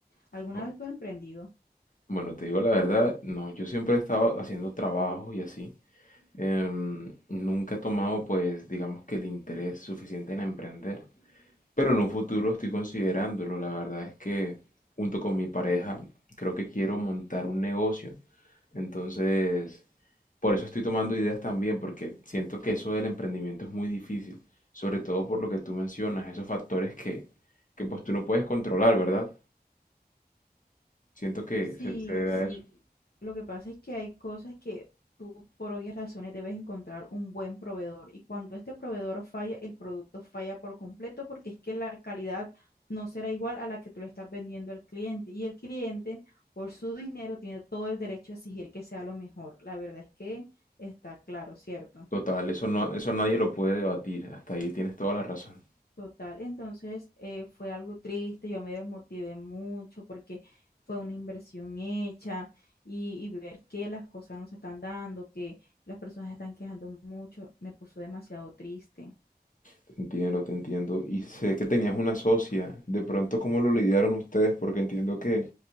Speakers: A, on the left; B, on the left.
A: ¿Alguna
B: O-
A: vez tú has emprendido?
B: Bueno, te digo la verdad, no, yo siempre he estado haciendo trabajos y así. em, nunca he tomado, pues, digamos que el interés suficiente en emprender. Pero en un futuro estoy considerándolo. La verdad es que junto con mi pareja creo que quiero montar un negocio. Entonces, por eso estoy tomando ideas también, porque siento que eso del emprendimiento es muy difícil, sobre todo por lo que tú mencionas, esos factores que, que pues tú no puedes controlar, ¿verdad? Siento que
A: Sí,
B: se, se debe
A: sí.
B: a eso.
A: Lo que pasa es que hay cosas que tú por obvias razones debes encontrar un buen proveedor y cuando este proveedor falla, el producto falla por completo porque es que la calidad no será igual a la que tú le estás vendiendo al cliente y el cliente por su dinero tiene todo el derecho a exigir que sea lo mejor. La verdad es que está claro, ¿cierto?
B: Total, eso no, eso nadie lo puede debatir. Hasta ahí tienes toda la razón.
A: Total, entonces eh, fue algo triste, yo me desmotivé mucho porque fue una inversión hecha y, y ver que las cosas no se están dando, que las personas se están quejando mucho, me puso demasiado triste.
B: Te entiendo, te entiendo. Y sé que tenías una socia. De pronto, ¿cómo lo lidiaron ustedes? Porque entiendo que